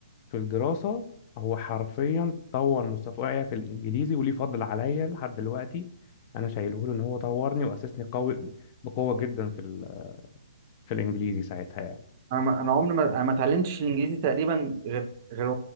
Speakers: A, on the left (about 30°); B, on the right (about 35°).
A: في الدراسة هو حرفيا طور مستواي في الإنجليزي وليه فضل عليا لحد دلوقتي أنا شايله له إن هو طورني وأسسني قوي بقوة جدا في ال... في الإنجليزي ساعتها يعني
B: انا ما- انا عمري ما انا ما اتعلمتش الانجليزي تقريبا غير غير